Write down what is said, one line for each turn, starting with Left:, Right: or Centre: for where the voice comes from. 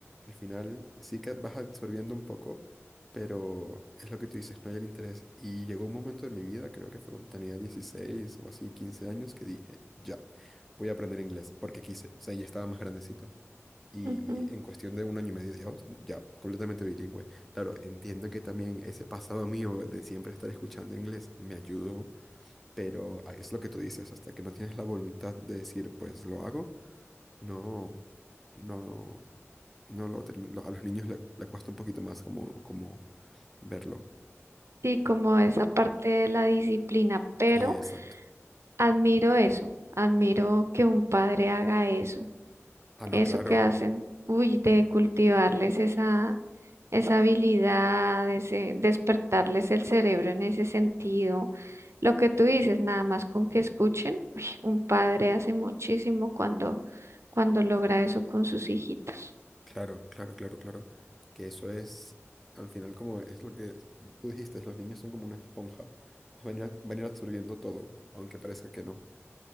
Centre: al final sí que vas absorbiendo un poco, pero es lo que tú dices, no hay el interés. Y llegó un momento de mi vida, creo que fue cuando tenía 16 o así, 15 años, que dije, ya, voy a aprender inglés, porque quise, o sea, ya estaba más grandecito. Y
Right: Ujú.
Centre: en cuestión de un año y medio, Dios, ya, completamente bilingüe. Claro, entiendo que también ese pasado mío de siempre estar escuchando inglés me ayudó, pero ahí es lo que tú dices, hasta que no tienes la voluntad de decir, pues lo hago, no, no, no lo termino. A los niños le, le cuesta un poquito más como, como verlo.
Right: Sí, como esa parte de la disciplina, pero
Centre: Eh, exacto.
Right: admiro eso, admiro que un padre haga eso
Centre: Ah, no,
Right: eso
Centre: claro,
Right: que hacen, uy, de cultivarles esa, esa habilidad, ese, despertarles el cerebro en ese sentido. Lo que tú dices, nada más con que escuchen, uy, un padre hace muchísimo cuando, cuando logra eso con sus hijitos.
Centre: claro, claro, claro, claro. Que eso es, al final, como es lo que tú dijiste, los niños son como una esponja, van a ir, van a ir absorbiendo todo, aunque parezca que no.